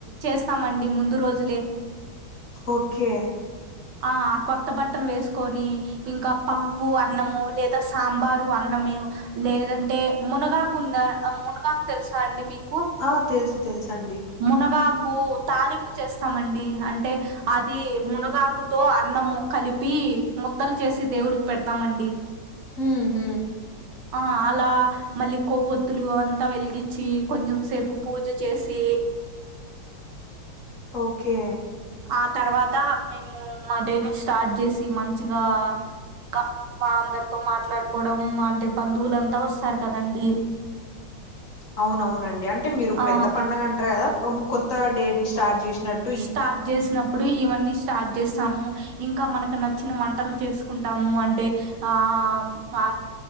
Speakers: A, on the right; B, on the left.
A: చేస్తామండి. ముందు రోజులే
B: ఓకే
A: ఆ అ కొత్త బట్టలు వేసుకొని ఇంకా పప్పు
B: ఆ
A: అన్నము. లేద్ సాంబారు అన్నమే లేదంటే మునగాకు ఉందా మునగాకు తెలుసా అండి మీకు
B: ఆ తెలుసు తెలుసు అండి
A: మునగాకు తాలింపు చేస్తాము. అండీ అంటే అది మునగాకుతో అన్నము కలిపి ముద్దలు చేసి దేవుడికి పెడతాము అండీ.
B: ఉహ్
A: ఆ అలా మళ్ళీ కొవ్వొత్తులు వెలిగించి అంతా వెలిగిచ్చి కొంచెం సేపు పూజ చేసి
B: ఓకే
A: ఆ తర్వాత మేము మా డేని స్టార్ట్ చేసి మంచిగా ఇంకా మా అందరితో మాట్లాడుకోవడం అంటే బంధువులుంతా వస్తరు కదా అండీ
B: అవునవును అండీ అంటే మీరు
A: ఆ
B: పెద్ద పడుగ అంటరు కదా ఉమ్ కొత్త డేట్ని స్టార్ట్ చేసినట్
A: స్టార్ట్ చేసినప్పుడు ఇవన్నీ స్టార్ట్ చేసాము ఇంకా మనకు నచ్చిన వంటలు చేసుకుంటాము అంటే ఆ వ